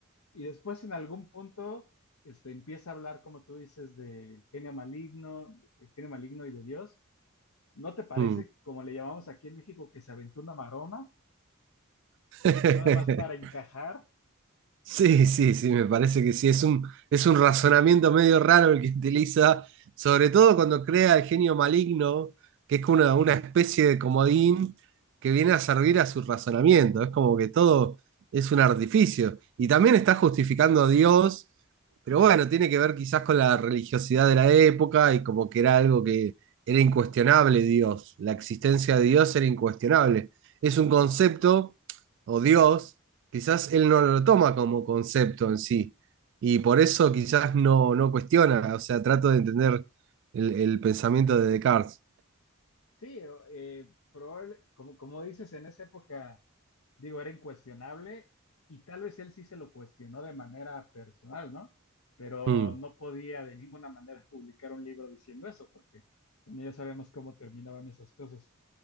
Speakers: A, on the left; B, on the right.
A: Y después en algún punto este, empieza a hablar, como tú dices, del genio maligno, el genio maligno y de Dios. ¿No te parece,
B: Mm.
A: como le llamamos aquí en México, que se aventó una maroma?
B: <laughs>
A: Nada más para encajar.
B: Sí, sí, sí, me parece que sí. Es un, es un razonamiento medio raro el que <laughs> utiliza, sobre todo cuando crea el genio maligno, que es una, una especie de comodín que viene a servir a su razonamiento. Es como que todo es un artificio. Y también está justificando a Dios, pero bueno, tiene que ver quizás con la religiosidad de la época y como que era algo que era incuestionable Dios. La existencia de Dios era incuestionable. Es un concepto, o Dios quizás él no lo toma como concepto en sí. Y por eso quizás no, no cuestiona, o sea, trato de entender el, el pensamiento de Descartes.
A: Sí, eh, probable, como, como dices, en esa época digo, era incuestionable y tal vez él sí se lo cuestionó de manera personal, ¿no? Pero
B: Mm.
A: no podía de ninguna manera publicar un libro diciendo eso, porque ya sabemos cómo terminaban esas cosas.